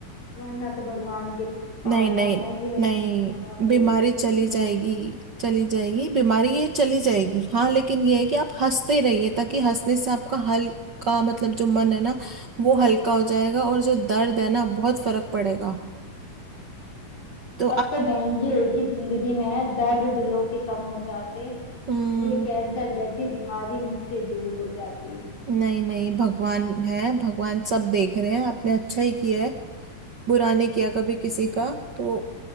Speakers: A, on the left; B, on the right.
A: वरना तो भगवान के पास
B: नहीं नहीं
A: जाना ही है
B: नहीं
A: बाबा है
B: बीमारी
A: ये
B: चली
A: बहन
B: जाएगी चली जाएगी बीमारी ये चली जाएगी हाँ लेकिन ये है कि आप हंसते रहिए ताकि हंसने से आपका हल्का मतलब जो मन है ना वो हल्का हो जाएगा और जो दर्द है ना बहुत फर्क पड़ेगा तो
A: अब
B: आपने
A: तो बहन जी एक ही जिंदगी में है दर्द दिलों के कम हो जाते
B: हम्म
A: ये कैंसर जैसी बीमारी मुझसे दूर हो जाती
B: नहीं नहीं भगवान है भगवान सब देख रहे हैं आपने अच्छा ही किया है बुरा नहीं किया कभी किसी का तो